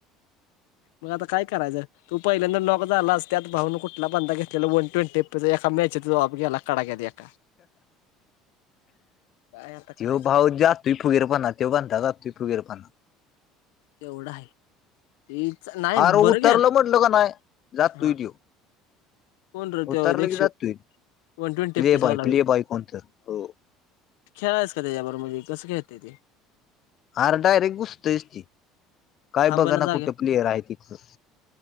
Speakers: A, on the left; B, on the left.
A: मग आता काय करायचं? तू पहिल्यांदा नॉक झालास त्यात भाऊन कुठला बंदा घेतलेला वन ट्वेंटी एफ पी एका मॅचेतच ऑफ गेला एका कडक्यात एक काय आता
B: त्यो
A: करायचं
B: भाऊ जास् तू फुगीरपना त्यो बांदा का तू फुगीरपना
A: तेवढं आहे तेच नाही
B: आर
A: बरं
B: उतरलो
A: घ्यात
B: म्हटला का नाही जातुय
A: हा
B: त्यो.
A: कोण र त्यो
B: उतरलं
A: देक्षित
B: की जातोय
A: one twenty
B: play
A: F P S
B: boy
A: वाला
B: प्ले
A: व्हय त्यो.
B: बॉय कोणतर हो
A: खेळलायस का त्याच्यारोबर म्हजे कस खेळतय ते?
B: आर डायरेक्ट घुसतयच ती काय
A: थांबना
B: बघा ना
A: जाग्या
B: कुठ प्लेयर आहे तिथं.